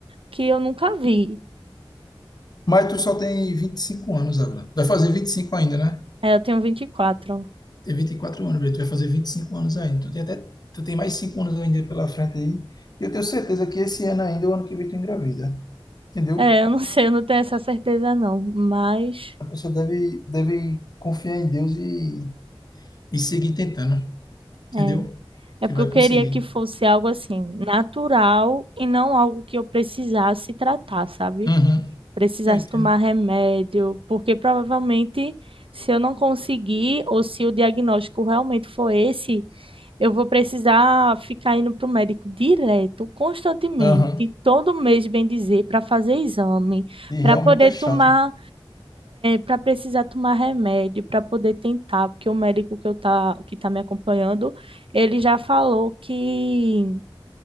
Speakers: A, on the right; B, on the left.
A: que eu nunca vi.
B: mas tu só tem 25 anos agora. Vai fazer 25 ainda, né?
A: Aí eu tenho 24.
B: Tem 24 anos, velho. Tu vai fazer 25 anos ainda. Tu tem até, tu tem mais 5 anos ainda pela frente aí. E eu tenho certeza que esse ano ainda, o ano que vem, tu engravida. Entendeu?
A: É, eu não <laughs> sei, eu não tenho essa certeza não, mas
B: A pessoa deve, deve confiar em Deus e, e seguir tentando. Entendeu?
A: é, é
B: Que
A: porque
B: vai
A: eu queria
B: conseguir.
A: que fosse algo assim, natural e não algo que eu precisasse tratar, sabe?
B: Uhum.
A: Precisasse
B: Eu entendo.
A: tomar remédio, porque provavelmente se eu não conseguir ou se o diagnóstico realmente for esse, Eu vou precisar ficar indo para o médico direto, constantemente,
B: Aham.
A: todo mês, bem dizer, para fazer exame,
B: E realmente
A: para poder
B: é chato.
A: tomar, para precisar tomar remédio, para poder tentar, porque o médico que eu tá, que está me acompanhando, ele já falou que